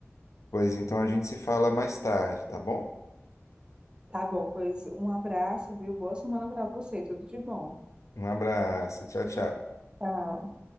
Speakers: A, on the left (about 85°); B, on the right (about 20°).
A: Pois então a gente se fala mais tarde, tá bom?
B: Tá bom, pois um abraço, viu? Boa semana pra você, tudo de bom.
A: Um abraço. Tchau, tchau.
B: Tchau.